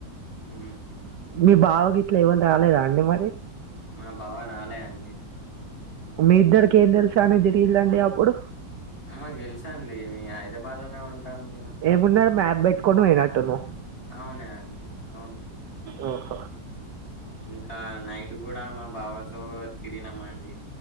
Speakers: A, on the left; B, on the right.
A: ఉ
B: మీ బావ గిట్ల ఎవలు రాలేదా అండి మరి
A: మా బావా రాలేండి
B: మీ ఇద్దరికి ఏం తెలుసా అని తిరిగిలేండి అప్పుడు
A: మాక్ తెల్సండి మీ హైదరాబాద్లోనే ఉంటాం నేను
B: ఏమున్నది మ్యాప్ పెట్టుకొని పోయినట్టున్నావ్
A: అవునా అండి అవును.
B: ఓహ
A: ఇంకా నై ట్ కూడా మా బావతో తిరిగినమండి